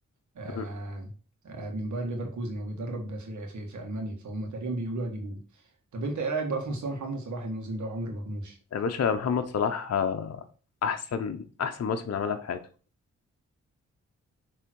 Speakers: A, on the right; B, on the left.
A: آه،
B: يعني.
A: آه، من باير ليفركوزن هو بيدرب في في, في المانيا فهم تقريبا بيقولوا هيجيبوه طب انت ايه رايك بقى في مستوى محمد صلاح الموسم ده وعمر مرموش
B: يا باشا محمد صلاح احسن احسن موسم عملها في حياته